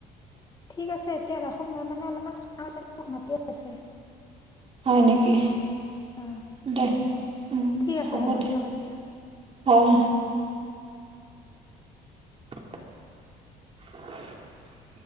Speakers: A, on the left; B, on the right.
A: ঠিক আছে এতিয়া ৰাখোঁ। মোৰ মানে অলপমান কাম আছে, মোক মাতি আছে।
B: হয় নেকি?
A: অঁ
B: দে উম
A: ঠিক আছে
B: হ'ব দে
A: দিয়ক এতিয়া
B: অহ। <inaudible>